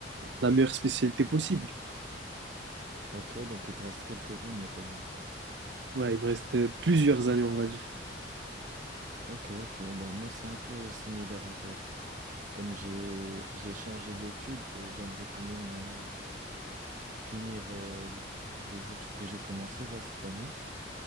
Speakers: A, on the right; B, on the right.
A: la meilleure spécialité possible.
B: Ok, donc il te reste quelques années quand même.
A: Ouais, il me reste euh, plusieurs années, on va dire.
B: Ok, ok. Bon, moi c'est un peu similaire à toi. Comme j'ai j'ai changé d'études, euh, j'aimerais quand même euh, finir euh, les études que j'ai commencées là cette année.